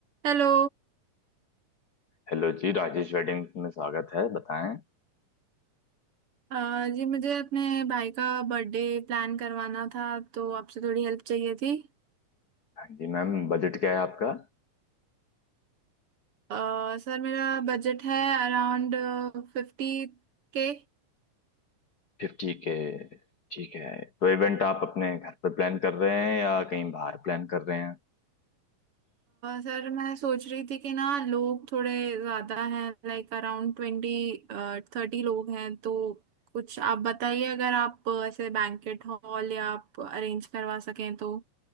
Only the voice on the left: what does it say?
Hello जी Rajesh wedding में स्वागत है बताएं
हाँ जी मैम बजट क्या है आपका
फिफ्टी के ठीक है तो इवेंट आप अपने घर पे प्लान कर रहे हैं या कहीं बाहर प्लान कर रहे हैं